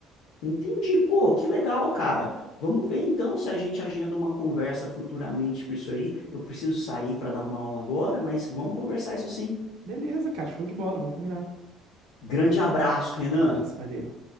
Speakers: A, on the left (about 85°); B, on the right (about 80°).
A: Entendi, pô, que legal, cara. Vamos ver então se a gente agenda uma conversa futuramente por isso aí. Eu preciso sair para dar uma aula agora, mas vamos conversar isso sim.
B: Beleza, cara, show de bola, vamos combinar.
A: Grande abraço, Renan.
B: Abraço, valeu.